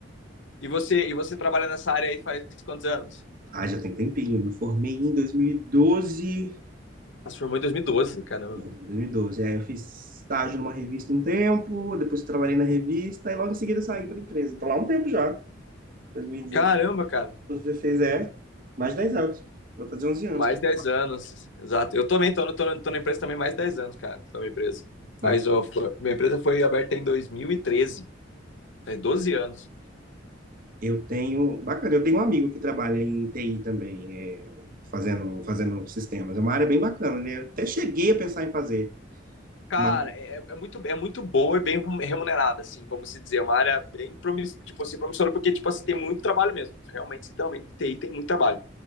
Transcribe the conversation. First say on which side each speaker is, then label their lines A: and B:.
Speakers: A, on the left; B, on the right.
A: E você, e você trabalha nessa área aí faz quantos anos?
B: Ah, já tem tempinho, eu me formei em dois mil e doze
A: Ela formou em 2012, caramba.
B: Em 2012. Aí eu fiz estágio numa revista um tempo, depois trabalhei na revista e logo em seguida saí para a empresa. Estou lá há um tempo já. 2016
A: Caramba, cara.
B: é mais de 10 anos. Vou fazer onze anos.
A: Mais
B: que eu-
A: 10 anos, exato. Eu também tô, tô, tô na empresa também mais 10 anos, cara, com a minha empresa.
B: Baca-
A: Mas ó, foi- minha empresa foi aberta em 2013, faz 12 anos.
B: Eu tenho, bacana, eu tenho um amigo que trabalha em TI também, é, fazendo, fazendo sistemas. É uma área bem bacana, né? Eu Até cheguei a pensar em fazer,
A: Cara,
B: mas
A: é, é muito, é muito boa e bem remunerada, assim, vamos se dizer. É uma área bem promissora, tipo assim, promissora, porque, tipo assim, tem muito trabalho mesmo. Realmente, literalmente, TI tem muito trabalho.